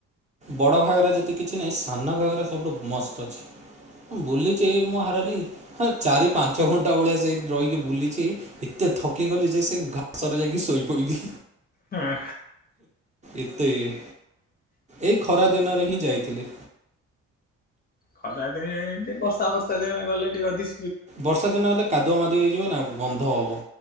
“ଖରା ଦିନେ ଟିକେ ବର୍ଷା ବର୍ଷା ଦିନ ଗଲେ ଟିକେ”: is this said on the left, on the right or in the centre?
Left